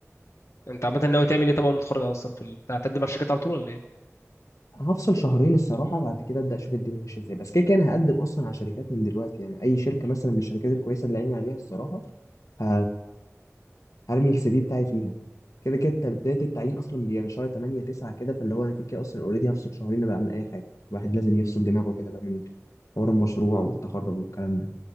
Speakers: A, on the left (about 60°); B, on the left (about 85°).
A: انت عامة ناوي تعمل ايه طبعا لما تتخرج اصلا في ال- هتقدم على الشركات على طول ولا ايه؟
B: هفصل شهرين الصراحه بعد كده ابدا اشوف الدنيا ماشيه ازاي بس كده كده انا هقدم اصلا على شركات من دلوقتي يعني اي شركه مثلا من الشركات الكويسه اللي عيني عليها الصراحه ه... هرمي السي في بتاعي فيها كده كده الت- بداية التعيين أصلا بيبقى من شهر 8 9 كده فاللي هو أنا كده كده أصلا أوريدي هفصل شهرين بقى من أي حاجة الواحد لازم يفصل دماغه كده بقى من حوار المشروع والتخرج والكلام ده